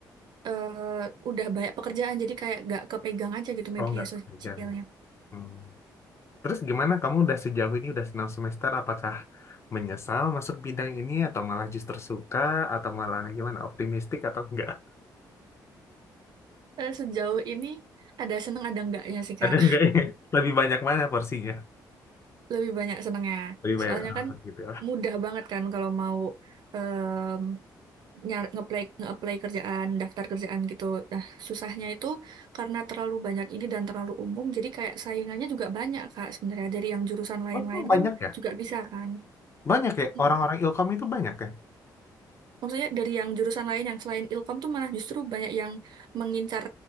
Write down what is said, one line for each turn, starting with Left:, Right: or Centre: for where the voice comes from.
Right: eh, udah banyak pekerjaan jadi kayak gak kepegang aja gitu
Left: oh
Right: media
Left: nggak
Right: sosialnya.
Left: pekerjaannya. Hmm. Terus gimana? Kamu udah sejauh ini udah 6 semester, apakah menyesal masuk bidang ini atau malah justru suka atau malah gimana? Optimistik atau enggak?
Right: Eh, Sejauh ini ada seneng ada enggaknya sih Kak.
Left: Ada enggak ya? <laughs> Lebih banyak mana porsinya?
Right: <laughs> Lebih banyak senengnya.
Left: Lebih banyak
Right: Soalnya
Left: ah,
Right: kan
Left: gitu.
Right: mudah banget kan kalau mau em nyar ngeplay ngeapply kerjaan, daftar kerjaan gitu. Nah, susahnya itu karena terlalu banyak ini dan terlalu umum, jadi kayak saingannya juga banyak Kak sebenarnya. Dari yang jurusan lain-lain
Left: Oh, emang banyak
Right: kan
Left: ya?
Right: juga bisa kan.
Left: Banyak ya,
Right: Mm.
Left: orang-orang Ilkom itu banyak ya?
Right: Maksudnya dari yang jurusan lain yang selain Ilkom tuh malah justru banyak yang mengincar